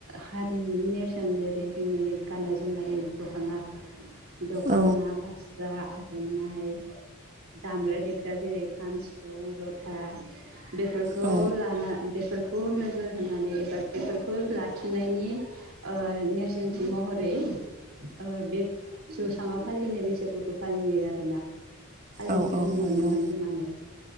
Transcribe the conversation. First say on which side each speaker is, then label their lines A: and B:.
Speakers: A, on the right; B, on the right.
A: हारिमुनि नेरसोन जेरै- जोंनि गाननाय-जोमनाय, दख'ना दख'ना
B: औ
A: फास्रा आर'नाइ। दामग्रा देग्रा जेरै खाम, सिफुं, जथा, बेफोरखौ
B: औ
A: लाना बेफोरखौ बेखौ नोजोर होनानै एबा बेफोरखौ लाखिनायनि ओ नेरसोनथि महरै ओ बे जौसाङाव फालिनाय बैसागुखौ फालियो आरोना। फालिनायखौ
B: औ
A: जों
B: नंगौ
A: नुनो मोन्दों। मानो